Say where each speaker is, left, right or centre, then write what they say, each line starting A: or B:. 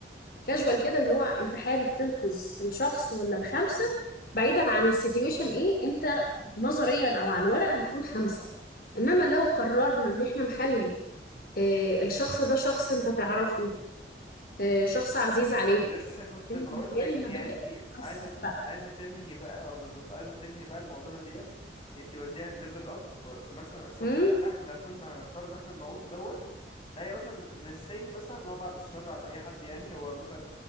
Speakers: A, on the left; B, on the left.
A: كاجوال كده اللي هو انت حابب تنقذ الشخص ولا الخمسه
B: اها
A: بعيدا عن السيتويشن ايه انت نظريا او على الورق هتقول خمسه انما لو قررنا ان احنا نخلي آه، الشخص ده شخص انت تعرفه آه، شخص عزيز عليك
B: لسه كنت
A: هنا
B: بقول
A: هنا
B: لك
A: المبادئ
B: يعني انت
A: هتتكسر
B: عايزه
A: بقى
B: عايزه تنهي بقى اه بالظبط عايزه تنهي بقى المعضله ديت انت وديها الليفل اب مثلا الشخص
A: امم
B: اللي احنا كنا هنختار ان احنا نموته دوت تلاقي مثلا نسي مثلا ان هو بعد الشر عن اي حد يعني هو مثلا